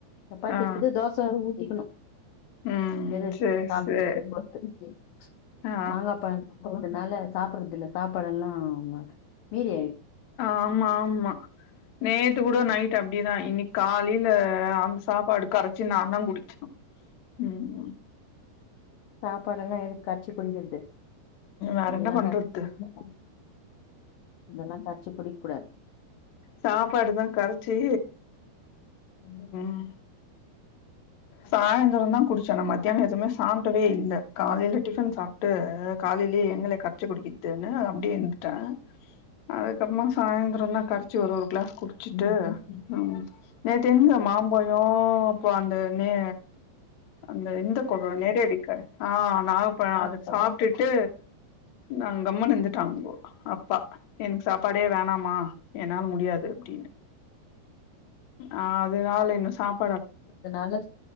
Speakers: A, on the left; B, on the left.
A: சப்பாத்தி
B: ஆ
A: இக்குது தோச ஊ ஊத்திகணு
B: ம்
A: எது
B: சேர்
A: சாப்டது
B: சேர் ஆ
A: மாங்கா பழமா அதனால சாப்பிடடுறதுல சாப்பாட எல்லா மீதி
B: ஆமா ஆமா நேத்து கூட நைட் அப்டிதா இன்னிக்கு காலைல அந்த சாப்பாடு கரச்சு நா தா குடிச்ச உம்
A: சாப்பாடு எல்லா எதுக்கு கரச்சு குடிக்கிறருது
B: வேற
A: அப்டில்லா
B: என்ன பண்றது
A: கரச்சு குடிக்கமாட்ட அதெல்லா கா்சு குடிக் கூடாது
B: சாப்பாடுதா கரச்சு
A: ம்
B: உம் சாயந்தரதா குடிச்சே நா மத்தியானம் எதுவுமே சாப்பிடவே இல்ல காலையில டிஃபன் சாப்பிட்டு காலையிலயே எங்கள கரச்சு குடிக்கதுன்னு அப்டியே இருந்துட்டே அதுக்கப்புறமா சாயந்தரம் தா கரச்சு ஒரு ஒரு கிளாஸ் குடிச்சிட்டு
A: ம்
B: ம் நேற்று எங்க மாம்ப <unintelligible> னே அந்த இந்த <unintelligible> ஆ நாகப்பழொ
A: ஆவப்பழம்
B: அத சாப்ட்டுட்டு நாங்கம்மனு இருந்துட்டாங்கோ அப்பா எனக்கு சாப்பாடே வேணாமா என்னால் முடியாது அப்டின்னு ஆ அதுனால இன்னு சாப்
A: அதனால